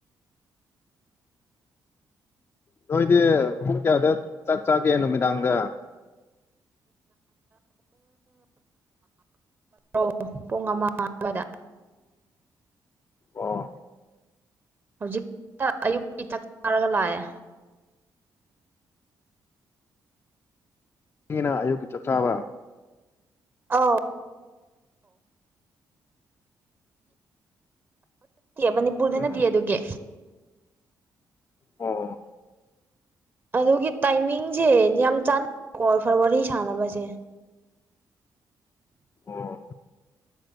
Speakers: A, on the left (about 35°); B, on the right (about 30°).
A: ꯅꯣꯏꯗꯤ ꯄꯨꯡ ꯀꯌꯥꯗ ꯆꯥꯛ ꯆꯥꯒꯦ ꯅꯨꯃꯤꯗꯥꯡꯗ
B: ꯣ ꯄꯨꯡꯉꯃꯕꯗ
A: ꯑ
B: ꯍꯧꯖꯤꯛꯇ ꯑꯌꯨꯛꯛꯇꯀꯤꯥꯛ ꯆꯥꯔꯒ ꯂꯥꯛꯑꯦ
A: ꯌꯦꯉꯅꯥ ꯑꯌꯨꯒꯤ ꯆꯆꯥꯋꯥ
B: ꯑꯥꯎ ꯃꯅꯤꯄꯨꯔꯗꯅꯗꯤ
A: ꯎꯝ
B: ꯑꯗꯨꯒꯤ
A: ꯑ
B: ꯑꯗꯨꯒꯤ ꯇꯥꯏꯃꯤꯡꯁꯦ ꯌꯥꯝ ꯆꯥꯟꯅ ꯐꯔ ꯋꯥꯔꯤ ꯁꯥꯟꯅꯕꯁꯦ
A: ꯑꯣ